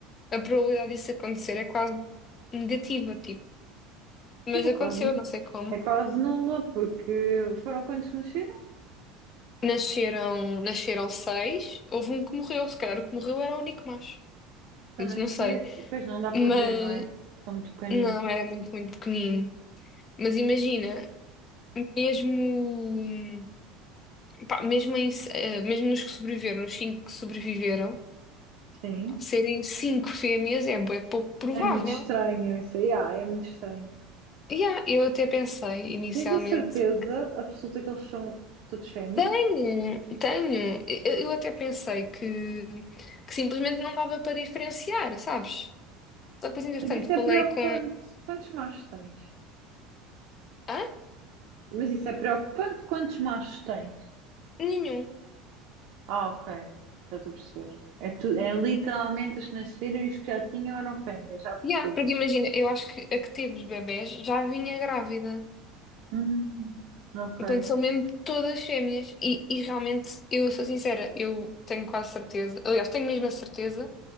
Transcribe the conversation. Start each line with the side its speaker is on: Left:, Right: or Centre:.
Left: a probabilidade disso acontecer é quase negativa, tipo. Mas
Right: Mas é
Left: aconteceu,
Right: quase.
Left: não sei como.
Right: É quase nula, porque foram quantos nasceram?
Left: Nasceram, nasceram seis, houve um que morreu, se calhar o que morreu era o único macho,
Right: Também
Left: Isso não
Right: podia.
Left: sei.
Right: Pois não dá para
Left: Mas
Right: ver, não é? São muito pequeninos.
Left: não, era muito, muito pequenino. Mas imagina, mesmo, pá, mesmo, em, eh, mesmo nos que sobreviveram, os cinco que sobreviveram,
Right: Sim.
Left: pá, serem cinco fêmeas é bué pouco provável.
Right: É muito estranho isso aí. Ah, é muito estranho.
Left: Yeah, eu até pensei inicialmente.
Right: Tens a certeza absoluta que eles são todos fêmeas?
Left: Tenho, tenho. Eu, eu até pensei que, que simplesmente não dava para diferenciar, sabes? Só que depois, entretanto,
Right: Mas isso
Left: falei
Right: é preocupante.
Left: com.
Right: Quantos machos tens?
Left: Hã?
Right: Mas isso é preocupante. Quantos machos tens?
Left: Nenhum.
Right: Ah, ok. Já estou a perceber. É, tu... é literalmente os que nasceram e os que já tinham eram fêmeas, já percebi.
Left: Yeah, porque imagina, eu acho que a que teve os bebés já vinha grávida.
Right: Hum, ok.
Left: Portanto, são mesmo todas fêmeas. E, e realmente, eu sou sincera, eu tenho quase certeza. Aliás, tenho mesmo a certeza,